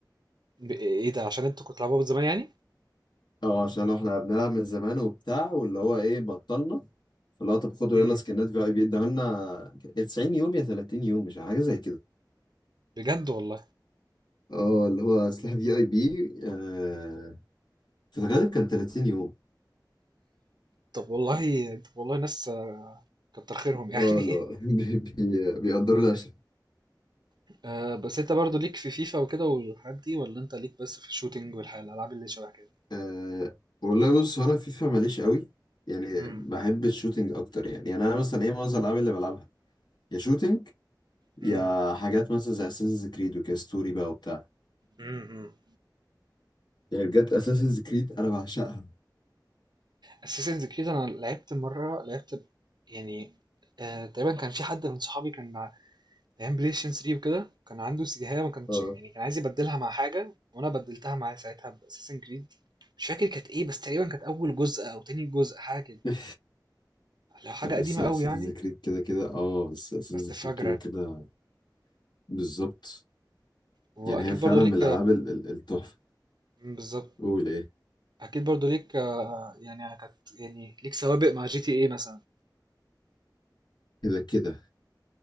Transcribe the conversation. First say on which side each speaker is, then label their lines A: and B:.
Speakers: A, on the right; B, on the left.
A: ب- ايه ده عشان انتوا كنتوا بتلعبوها من زمان يعني
B: اه عشان احنا بنلعب من زمان وبتاع واللي هو ايه بطلنا فاللي هو طب خدوا
A: امم
B: يلا سكنات في اي بي اداها لنا يا 90 يوم يا 30 يوم مش عارف، حاجه زي كده
A: بجد والله
B: اه اللي هو سلاح في اي بي آه في الغالب كان 30 يوم
A: طب والله طب والله ناس كتر خيرهم يعني
B: اه اللي هو <laughs> بي- بي- بيقدروا العشاء
A: <laughs> آه بس انت برضو ليك في فيفا وكده والحاجات دي ولا انت ليك بس في الشوتينج والحاجات الالعاب اللي شبه كده
B: آه والله بص هو انا فيفا ماليش قوي يعني
A: امم
B: بحب الشوتينج اكتر يعني يعني انا مثلا ايه معظم الالعاب اللي بلعبها يا شوتينج
A: امم
B: يا حاجات مثلا زي اساسنز كريد وكده ستوري بقى وبتاع
A: امم
B: يعني بجد اساسنز كريد انا بعشقها
A: اساسنز كريد انا لعبت مره لعبت ب- يعني آه تقريبا كان في حد من صحابي كان مع ايام بلاي ستيشن 3 وكده كان عنده سيجاية ما كانش
B: اه
A: يعني كان عايز يبدلها مع حاجه وانا بدلتها معاه ساعتها باساسن كريد مش فاكر كانت ايه بس تقريبا كانت اول جزء او تاني جزء حاجه كده
B: <laughs>
A: لو حاجة
B: لا لسه
A: قديمة أوي
B: اساسنز
A: يعني
B: كريد كده كده اه بس اساسنز
A: بس
B: كريد
A: فاجرة
B: كده كده بالظبط
A: وأكيد
B: يعني هي فعلا
A: برضو ليك
B: من الالعاب ال- ال- التحفه
A: بالظبط
B: قول ايه
A: أكيد برضو ليك آه، يعني كانت يعني ليك سوابق مع جي تي إيه مثلا
B: كده كده